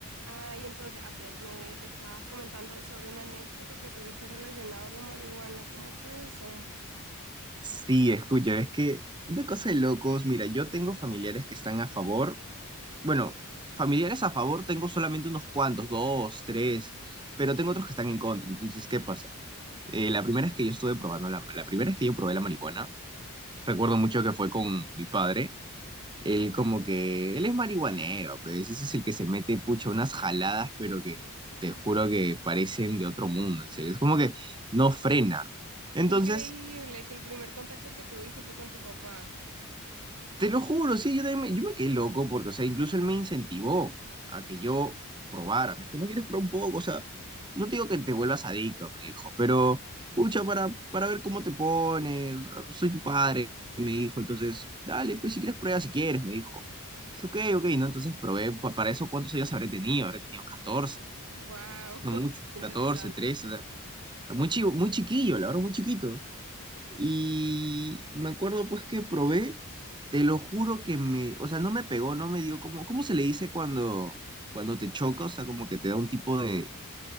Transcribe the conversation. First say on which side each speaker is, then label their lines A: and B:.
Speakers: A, on the right; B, on the right.
A: Ah, y entonces, Abdel, me estabas comentando sobre una anécdota que tuviste relacionada a la marihuana. ¿Cómo fue eso?
B: Sí, escucha, es que es una cosa de locos. Mira, yo tengo familiares que están a favor. Bueno, familiares a favor tengo solamente unos cuantos, dos, tres, pero tengo otros que están en contra. Entonces, ¿qué pasa? Eh, la primera es que yo estuve probando la, la primera es que yo probé la marihuana. Recuerdo mucho que fue con mi padre. Él como que él es marihuanero, pues ese es el que se mete pucha unas jaladas, pero que te juro que parecen de otro mundo, en serio. Es como que no frena. Entonces
A: Qué increíble que el primer contacto que tuviste fue con tu papá.
B: Te lo juro, sí, yo, también me, yo me quedé loco porque, o sea, incluso él me incentivó a que yo probara. Me dijo, ¿no quieres probar un poco? O sea, no te digo que te vuelvas adicto, me dijo, pero, pucha, para, para ver cómo te pones, soy tu padre, me dijo, entonces, dale, pues si quieres prueba, si quieres, me dijo. Dije, ok, ok, ¿no? Entonces probé, pa- para eso, ¿cuántos años habré tenido? Habré tenido 14,
A: Wow,
B: no
A: <laughs>
B: mucho, 14,
A: interesante.
B: 13. o sea, muy chivo, muy chiquillo, la verdad, muy chiquito. Y me acuerdo pues que probé, te lo juro que me, o sea, no me pegó, no me dio como, ¿cómo se le dice cuando, cuando te choca? O sea, como que te da un tipo de,